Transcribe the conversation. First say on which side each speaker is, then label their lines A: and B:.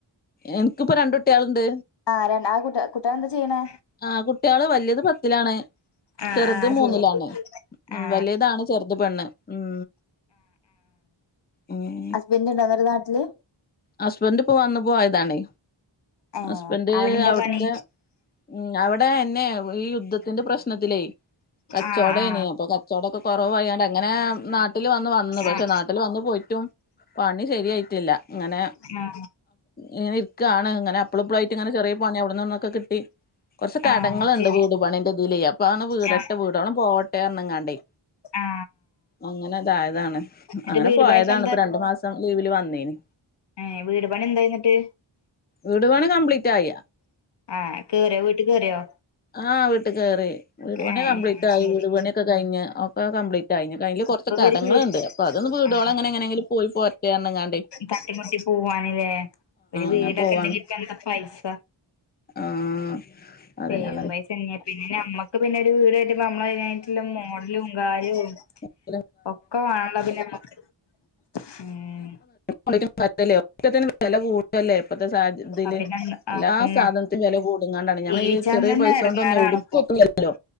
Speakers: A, on the left; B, on the left.
A: എനിക്കിപ്പ രണ്ട് കുട്ടികളുണ്ട്
B: ആ ര ആ കുട്ട കുട്ടികൾ എന്താ ചെയ്യണേ
A: ആഹ് കുട്ടികള് വലിയത് പത്തിലാണ്
B: ആ
A: ചെറുത്
B: ആ
A: മൂന്നിലാണ്
B: ശരി
A: ഉം
B: ആ
A: വലിയത് ആണ് ചെറുത് പെണ്ണ് ഉം ഉം
B: ഹസ്ബന്റ് ഉണ്ടാ അന്നേരം നാട്ടില്
A: ഹസ്ബന്റ് ഇപ്പോ വന്നു പോയതാണ്.
B: ഏ
A: ഹസ്ബന്റ്
B: അവിടെ എന്താ
A: അവിടുത്തെ
B: പണി
A: ഉം അവിടെ എന്നെയെ ഈ യുദ്ധത്തിന്റെ പ്രശ്നത്തിലേ കച്ചവടേയ്ന്
B: ആ ആ
A: അപ്പൊ കച്ചവടൊക്കെ കുറവായൊണ്ട് അങ്ങനെ നാട്ടില് വന്ന് പക്ഷെ
B: ആ
A: നാട്ടില് വന്നു പോയിട്ടും പണി ശരിയായിട്ടില്ല ഇങ്ങനെ
B: ആ
A: ഇങ്ങനെ ക്ക് ആണ് അങ്ങനെ അപ്പളപ്പളായിട്ട് ഇങ്ങനെ ചെറിയ പണി അവിടന്ന് ഇവിടുന്നൊക്കെ കിട്ടി കുറച്ച് കടങ്ങളളുണ്ട്
B: ആ ശരി
A: വീട് പണിന്റെതിലേ അപ്പാണ് വീടാൻ
B: ആ
A: ഇട്ട വീടോണം പോവട്ടെന്നങ്ങാണ്ടേ
B: ആ
A: അങ്ങനെ അതായതാണ്
B: എന്നിട്ട്
A: അങ്ങനെ
B: വീട്
A: പോയതാണ്
B: പണി ഇപ്പ
A: ഇപ്പൊ രണ്ടു മാസം ലീവില് വന്നേന്
B: ഏഹ് വീട് പണി എന്തായിന്നിട്ട്
A: വീടു പണി കംപ്ലീറ്റ് ആയ.
B: ആഹ് കേറിയോ വീട്ടിൽ കേറിയോ.
A: ആ വീട്ടിൽ കേറി. വീട് പണി
B: ഏ
A: കപ്ലീറ്റ് ആയി
B: ശരി
A: വീട് പണിയൊക്കെ കഴിഞ്ഞ്. ഒക്കെ കംപ്ലീറ്റായി. ഇനി കഴിഞ്ഞ് കൊറച്ച്
B: ഇപ്പൊ ഇവര്
A: കടങ്ങൾണ്ട്
B: വീട്
A: അപ്പൊ അതൊന്ന് വീടോളം
B: ആ
A: അങ്ങനെ എങ്ങനെങ്കിലും പോയി പോരട്ടെ പറഞജ്ങ്ങാണ്ട്
B: തട്ടിമുട്ടി പോവാണ് ലേ ഒരു വീടൊക്കെ
A: അങ്ങനെ പോവാണ്
B: ഇണ്ടെങ്കി ഇപ്പ എന്താ പൈസ
A: ആഹ് അതന്നെയാണത്
B: പേരും പൈസന്നെ പിന്നെ അമ്മ പിന്നെ ഒരു വീട് ആയിട്ട് നമ്മളതിനായിട്ടുള്ള മോഡലും കാര്യവും
A: <unintelligible>
B: ഒക്കെ വേണല്ലോ പിന്നെ നമ്മക്ക് ഉം
A: അല്ല ഒക്കത്തിനും വില കൂടല്ലേ ഇപ്പഴത്തെ സാഹച ഇതില്
B: അഹ് പിന്നെ
A: എല്ലാ
B: അതന്നെ
A: സാധനത്തിനും വില കൂടുങ്ങാണ്ടാണ് ഞങ്ങള്
B: ജീവിച്ചാൻ
A: ഈ ചെറിയ
B: തന്നെ
A: പൈസ
B: എടങ്ങാറാണിപ്പൊ
A: കൊണ്ട് ഒനും എവിടക്കും എത്തുല്ലല്ലോ